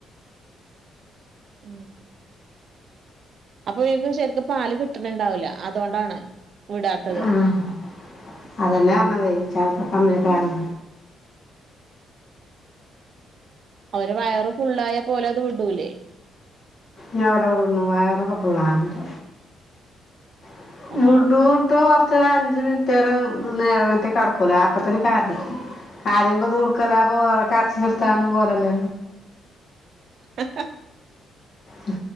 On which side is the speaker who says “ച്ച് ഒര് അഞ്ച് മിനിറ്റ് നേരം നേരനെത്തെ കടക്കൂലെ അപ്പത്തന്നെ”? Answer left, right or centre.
Left